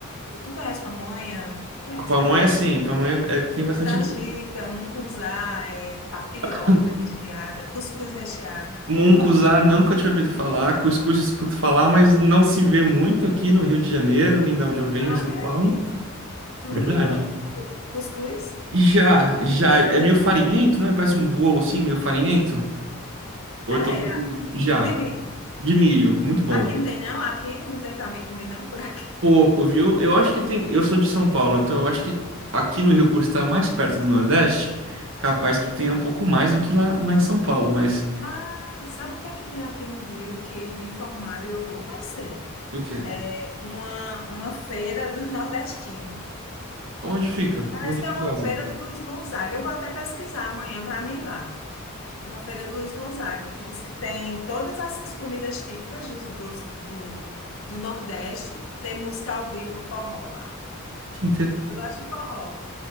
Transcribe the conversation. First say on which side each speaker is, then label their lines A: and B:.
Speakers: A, on the left; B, on the right.
A: tu conhece pamonha? Conhece,
B: Pamonha
A: né?
B: sim, pamonha é, é, tem bastante
A: Canjica,
B: aqui.
A: mungunzá, é, tapioca
B: <laughs>
A: recheada, cuscuz recheado.
B: Mungunzá nunca tinha ouvido falar, cuscuz escuto falar, mas não se vê muito aqui no Rio de Janeiro, nem da onde eu venho,
A: Não
B: em
A: acredito.
B: São Paulo.
A: Tu
B: Verdade.
A: nunca comeu cu- cu- cuscuz?
B: E Já, já é meio farinhento, né? Parece um bolo assim, meio farinhento. Ou
A: É,
B: eu tô confundindo? Já.
A: de milho.
B: De milho, muito bom.
A: Aqui não tem, não. Aqui não tem para mim comer, não, por aqui.
B: Pouco, viu? Eu acho que tem. Eu sou de São Paulo, então eu acho que aqui no Rio, por estar mais perto do Nordeste, capaz que tenha um pouco mais do que lá, lá em São Paulo, mas.
A: Ah, sabe o que é que tem aqui no Rio que me informaram e eu vou conhecer?
B: O quê?
A: É uma, uma feira dos nordestinos.
B: Onde fica?
A: Parece
B: Onde
A: que
B: que
A: é uma
B: fazem?
A: feira de Luiz Gonzaga. Eu vou até pesquisar amanhã para mim ir lá. Uma feira de Luiz Gonzaga, que diz que tem todas essas comidas típicas do, do, do, do Nordeste. Tem música ao vivo, forró lá.
B: Que
A: Eu gosto de forró.